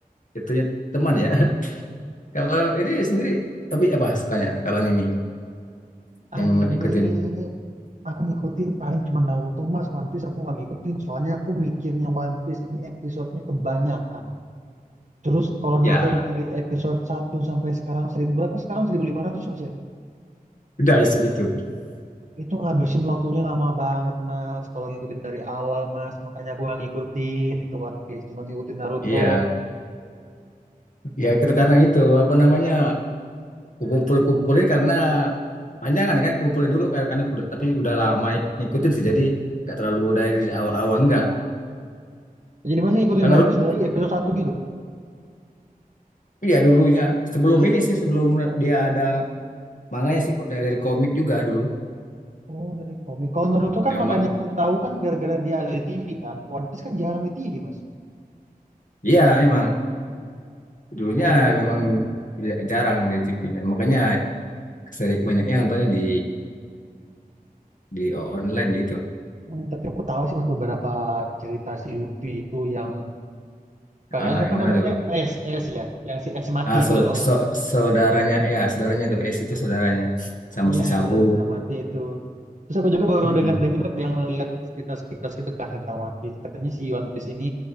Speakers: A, on the left; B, on the right.
A: itunya teman ya. <laughs> Kalau ini sendiri tapi apa sukanya kalau anime yang
B: Anime
A: ikutin?
B: ini aku ngikutin paling cuma Naruto Mas. One Piece aku nggak ngikutin soalnya aku mikirnya One Piece ini episodenya kebanyakan. Terus kalau
A: Ya,
B: nonton dari episode satu sampai sekarang seribu berapa sekarang 1500 Mas ya?
A: udah sih gitu.
B: Itu ngabisin waktunya lama banget Mas. Kalau ngikutin dari awal Mas, makanya aku nggak ngikutin itu One Piece. Cuma ngikutin Naruto.
A: Iya, ya kita karena itu apa namanya? kumpul-kumpulin karena panjangan kan kumpulin dulu kan karena udah tapi udah lama ya ngikutin sih jadi nggak terlalu dari awal-awal nggak
B: Jadi masih ngikutin
A: kalau
B: One
A: Ruth,
B: Piece dari episode satu gitu.
A: iya dulunya sebelum ini sih sebelum dia ada manganya sih kok dari, dari komik juga dulu
B: Oh, dari komik. Kalau Naruto kan
A: memang
B: makanya aku tahu kan gara-gara dia ada di TV kan. One Piece kan jarang di TV, Mas.
A: iya memang dulunya
B: Kalau Naruto,
A: memang tidak jarang di TV -nya. makanya sering banyaknya nontonnya di di online gitu
B: Hmm, tapi aku tahu sih Mas beberapa cerita si Luffy itu yang kakaknya
A: ah
B: siapa
A: yang mana
B: namanya?
A: tuh
B: S, S ya. Yang si S mati
A: ah so,
B: itu loh.
A: so, saudaranya ya saudaranya tuh es itu saudaranya sama
B: Iya,
A: si
B: yang
A: Sabu
B: saudaranya mati itu. Terus aku juga baru
A: gitu.
B: dengar-dengar yang lihat sekitar-sekitar gitu kan tentang One Piece. Katanya si One Piece ini